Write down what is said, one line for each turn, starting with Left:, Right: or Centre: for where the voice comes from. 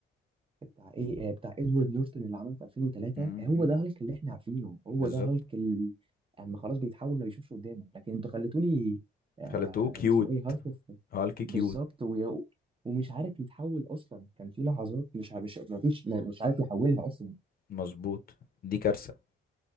Right: بتاع ايه آه، بتاع ادوارد نورتون اللي عمله في 2003
Left: امم
Right: هو ده هالك اللي احنا عارفينه هو
Left: بالظبط
Right: ده هالك ال- اما خلاص بيتحول ما بيشوفش قدامه لكن انتوا خليتوا لي آه
Left: خليته كيوت
Right: اسمه ايه هالك في-
Left: هالك كيوت
Right: بالظبط ويا- ومش عارف يتحول اصلا كان في لحظات مش ع- مش ما فيش ما- مش عارف يحولها اصلا
Left: مظبوط دي كارثة